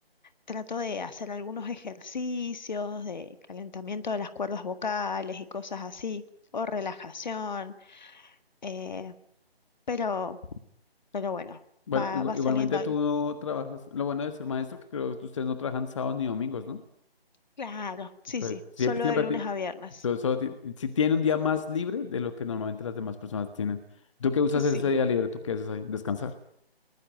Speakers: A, on the left; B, on the left.
A: Trato de hacer algunos ejercicios de calentamiento de las cuerdas vocales y cosas así, o relajación, eh, pero, pero bueno,
B: Bueno,
A: va,
B: igu-
A: va
B: igualmente
A: saliendo. ahí.
B: tú no trabajas. Lo bueno de ser maestro, que creo que ustedes no trabajan sábados ni domingos, ¿no?
A: Claro, sí,
B: Entonces,
A: sí,
B: siempre,
A: solo
B: siempre,
A: de lunes
B: ti-
A: a viernes.
B: so- solo ti- si tiene un día más libre de lo que normalmente las demás personas tienen. ¿Tú qué usas
A: Sí,
B: ese día libre? ¿Tú qué haces ahí? Descansar.